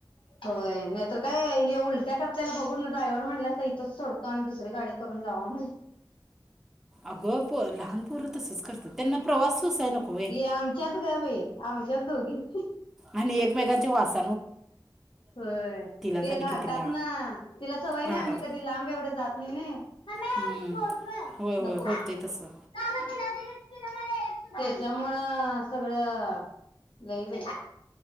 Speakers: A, on the left (about 80°); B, in the centre.
A: होय. नाहीतर काय हे उलट्या करत्याल बघून ड्रायव्हर म्हणला असता इथंच सोडतो आणि दुसरी गाडी करून जावा म्हणून
B: अगं पोरं लहान पोरं तसंच करतात त्यांना प्रवास सोसाय नको वे
A: ये आमच्याच गं बाई आमच्याच दोगी. <unintelligible>
B: आणि एकमेकांचे वास
A: होय, ते
B: झालं
A: घाटातनं
B: की तिला
A: तिला सवय
B: घाटात
A: नाही आम्ही कधी लांब एवढं जात नाही नाई. <unintelligible>
B: हं. होय होय होते तसं
A: त्याच्यामुळं सगळं लई बाई.